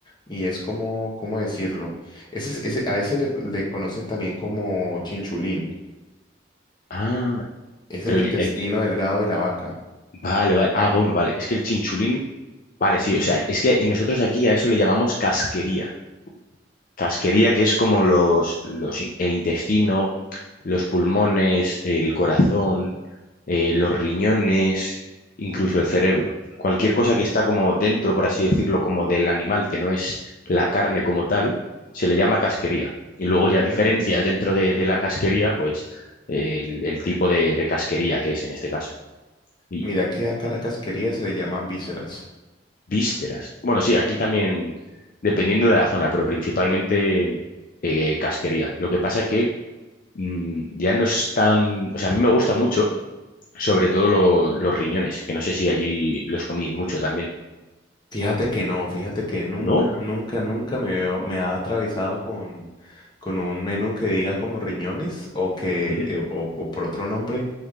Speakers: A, on the left; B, on the left.
A: y es como, ¿cómo decirlo? Ese, es- ese, a ese le, le conocen también como chinchulín.
B: Ah,
A: Es
B: pero
A: el intestino
B: el, el-
A: delgado de la vaca.
B: vale, vale. Ah, bueno, vale. Es que el chinchulín, vale, sí, o sea, es que nosotros aquí a eso le llamamos casquería. Casquería, que es como los, los, in- el intestino, los pulmones, el corazón, eh, los riñones, incluso el cerebro. Cualquier cosa que está como dentro, por así decirlo, como del animal, que no es la carne como tal, se le llama casquería. Y luego
A: Ah.
B: ya diferencia dentro de, de la casquería, pues eh, el, el tipo de, de casquería que es en este caso. Y
A: Mira que acá a la casquería se le llaman vísceras.
B: vísceras. Bueno, sí, aquí también, dependiendo de la zona, pero principalmente eh, casquería. Lo que pasa que mm, ya no es tan... O sea, a mí me gusta mucho, sobre todo lo- los riñones, que no sé si allí los coméis mucho también.
A: Fíjate que no, fíjate que nunca,
B: ¿No?
A: nunca, nunca me, veo- me ha atravesado con, con un menú que diga como riñones o que
B: Mm,
A: eh, o, o por otro nombre.